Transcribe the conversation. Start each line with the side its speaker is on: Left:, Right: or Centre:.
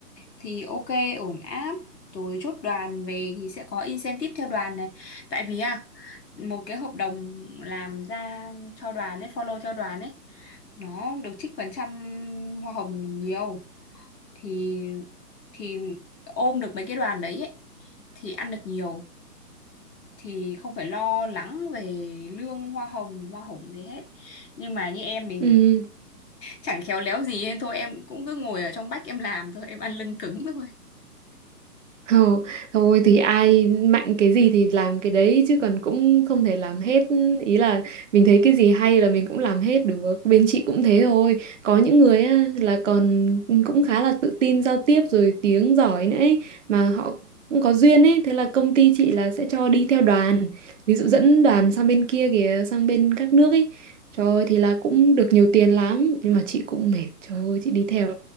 Left: thì ok, ổn áp. Rồi chốt đoàn về thì sẽ có incentive theo đoàn này. Tại vì à, một cái hợp đồng làm ra cho đoàn ấy, follow cho đoàn ấy, nó được trích phần trăm hoa hồng nhiều. Thì thì ôm được mấy cái đoàn đấy ấy, thì ăn được nhiều. Thì không phải lo lắng về lương hoa hồng, hoa hồng gì hết. Nhưng mà như em thì
Right: Ừ.
Left: chẳng khéo léo gì nên thôi em cũng cứ ngồi ở trong bách em làm thôi em ăn lưng cứng thôi
Right: Ờ, thôi thì ai mạnh cái gì thì làm cái đấy chứ còn cũng không thể làm hết ý là mình thấy cái gì hay là mình cũng làm hết được bên chị cũng thế thôi có những người á, là còn cũng khá là tự tin giao tiếp rồi tiếng giỏi nữa ấy mà họ cũng có duyên ấy thế là công ty chị là sẽ cho đi theo đoàn ví dụ dẫn đoàn sang bên kia kìa sang bên các nước ấy trời ơi, thì là cũng được nhiều tiền lắm nhưng mà chị cũng mệt trời ơi chị đi theo